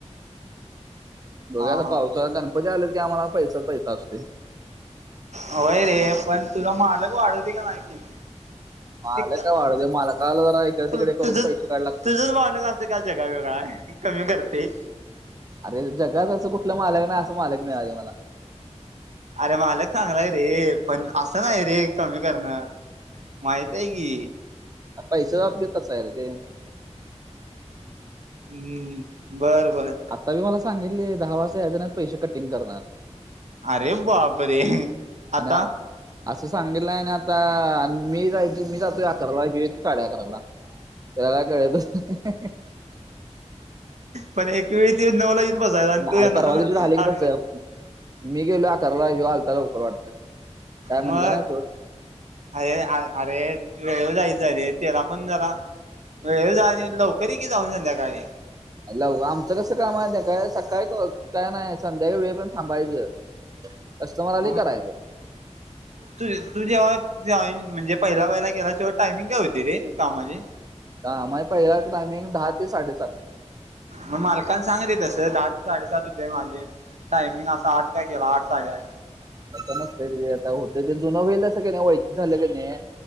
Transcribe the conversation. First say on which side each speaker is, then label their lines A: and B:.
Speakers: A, on the right (about 30°); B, on the right (about 70°).
A: बघुया
B: हा हा
A: आता पावसाळा गणपती आल्या की आम्हाला पैसा पैसा असतोय.
B: होय रे पण तुला मालक वाढवतोय कय नाही पेमेंट?
A: मालक
B: त
A: काय वाढू दे मालकाला जरा इकडे
B: तु
A: तिकडे करून
B: तुझ
A: पैसे काढायला लागतात.
B: तुझच बालक असं काय जगा वेगळा आहे कमी करतय.
A: अरे जगात असं कुठलं मालक नाही असं मालक मिळालय मला.
B: अरे मालक चांगलाय रे पण असं नाही रे कमी कर णं माहती आहे की
A: आरे पैसाच्या बाबतीत तस हाय रे ते
B: हम बर बर
A: आता बी मला सांगितलय दहा वाजता यायच नाही पैसे कटिंग करणार
B: अरे बाप रे आता
A: आणि असं सांगितलाय आणि आता मी जायच मी जातोय अकराला ह्यो येतोय साडे अकराला त्याला काय कळतच नाय
B: पण एक वेळी त्यो नऊला येऊन बसायला आणि
A: नाही
B: तू येणार
A: परवा
B: म
A: दिवशी झालं की
B: अकरा
A: तसं मी गेलो आकाराला ह्यो आलता लवकर वाटत काय
B: मग
A: म्हटलं नाही सोड
B: अरे अरे तू वेळेवर जाईत जा रे त्याला पण जरा वेळ जायचं आणि लवकर ये की जाऊन संध्याकाळी
A: आरे लव आमचं कसं काम हाय माहिती काय सकाळी काय नाही संध्याकाळी वेळपर्यंत थांबायचं कस्टमर आल
B: मग
A: की करायचं
B: तू तू जेव्हा जॉइन म्हणजे पहिला पहिला गेलास तेव्हा टायमिंग काय होती रे कामाची
A: दहा माझ पहिल्याच टायमिंग दहा ते साडेसात
B: म मालकाला सांग रे तसं दहा ते साडेसात होते माझे टायमिंग असा आठ काय केला आठ साडेआठ
A: तसं नसतंय रे आता होतंय ते जुनं व्हयलं असं कनय वाळकीच झालं कनय